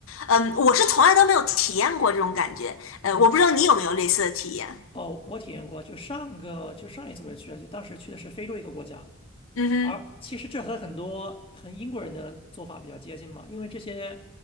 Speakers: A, on the left; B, on the left.
A: 嗯，我是从来都没有体验过这种感觉，呃，
B: 嗯。
A: 我不知道你有没有类似的体验。
B: 哦，我体验过，就上个就上一次我也去了，就当时去的是非洲一个国家，
A: 嗯哼，
B: 而其实这和很多和英国人的做法比较接近嘛，因为这些